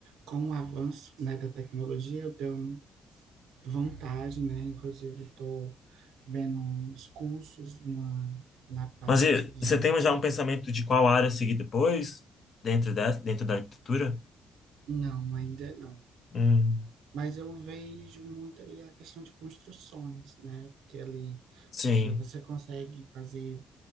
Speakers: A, on the right; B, on the left.
A: com o avanço, né, da tecnologia, eu tenho vontade, né, inclusive estou vendo uns cursos na, na parte
B: Mas e,
A: de,
B: você tem já um pensamento de qual área seguir depois, dentro dessa, dentro da arquitetura?
A: não, ainda não.
B: Hum,
A: Mas eu vejo muito ali a questão de construções, né, porque ali,
B: sim,
A: hoje em dia você consegue fazer